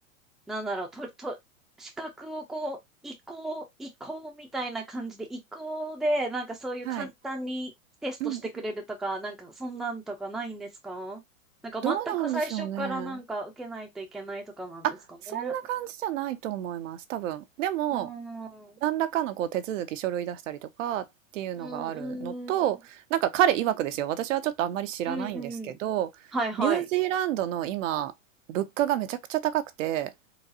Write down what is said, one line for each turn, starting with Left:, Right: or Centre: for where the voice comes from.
Centre: なんだろう、と、と、資格をこう、移行、移行みたいな感じで、移行で、なんかそういう簡単にテストしてくれるとか、
Right: はい。うん。うん
Centre: なんかそんなんとかないんですかなんか全く最初からなんか受けないといけないとかなんですかね。
Right: どうなんでしょうね。あ、そんな感じじゃないと思います。多分。でも、
Centre: うーん。
Right: 何らかのこう手続き書類出したりとかっていうのがあるのとなんか彼曰くですよ私はちょっとあんまり知らないんですけどニュージーランドの今物価がめちゃくちゃ高くて
Centre: うん、うん。うん、うん。はい、はい。